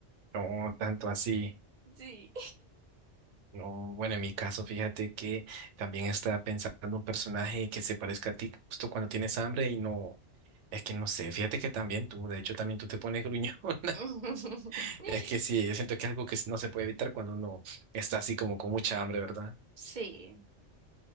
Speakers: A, on the right; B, on the right.
A: No, tanto así.
B: Sí.
A: No, bueno, en mi caso, fíjate que también estaba pensando un personaje que se parezca a ti justo cuando tienes hambre y no, es que no sé, fíjate que también tú, de hecho también tú te pones gruñón <laughs>
B: <laughs>
A: es que sí, yo siento que es algo que no se puede evitar cuando uno está así como con mucha hambre, ¿verdad?
B: Sí.